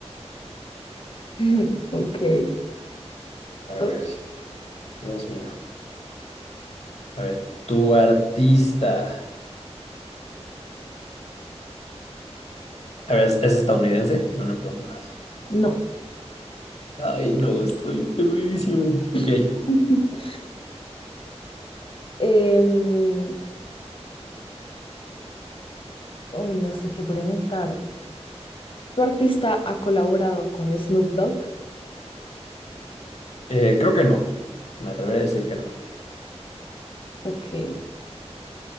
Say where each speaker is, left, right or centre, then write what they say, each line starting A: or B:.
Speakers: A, on the left; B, on the left.
A: <laughs> Ok.
B: A ver.
A: Oh,
B: Dios mío. A ver, tu artista. A ver, ¿es es estadounidense? Yo no he preguntado eso.
A: No.
B: Ay, no, estoy perdidísimo. Ok. eh,
A: <laughs> Em, uy, no sé qué preguntar. ¿Tu artista ha colaborado con Snoop Dogg?
B: eh, creo que no. Me atreveré a decir que no.
A: Ok.